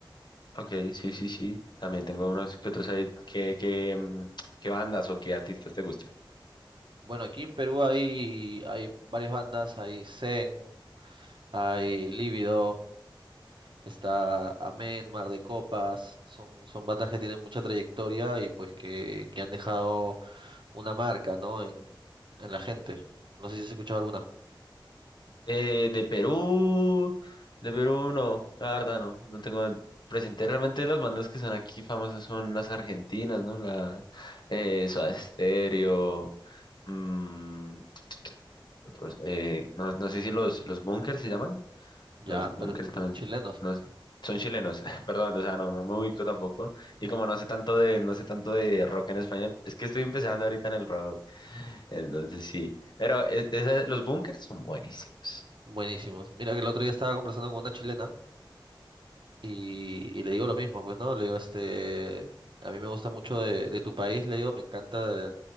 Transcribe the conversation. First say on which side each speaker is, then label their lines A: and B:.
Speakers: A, on the left; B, on the right.
A: ok, sí, sí, sí. También tengo unos que otros ahí que, que, mm, qué bandas o qué artistas te gustan.
B: Bueno, aquí en Perú hay, hay varias bandas, hay Zen, hay Lívido, está Amén, Mar de Copas, son, son bandas que tienen mucha trayectoria y pues que, que han dejado una marca, ¿no? En, en la gente. No sé si has escuchado alguna.
A: Eh, de Perú, de Perú no, la verdad no, no tengo presente. Realmente las bandas que son aquí famosas son las argentinas, ¿no? La eh, Soda Stereo, mm, otros, eh, no, no sé si los, los Bunkers se llaman,
B: Ya,
A: los Bunkers
B: pero
A: también,
B: chilenos.
A: no, son chilenos, <laughs> perdón, o sea, no, no me ubico tampoco. Y como no sé tanto de, no sé tanto de rock en español, es que estoy empezando ahorita en el rock, entonces sí. Pero e- esa- los Bunkers son buenísimos.
B: Buenísimos. Mira que el otro día estaba conversando con una chilena y, y le digo lo mismo, pues, ¿no? Le digo, este, a mí me gusta mucho de, de tu país, le digo, me encanta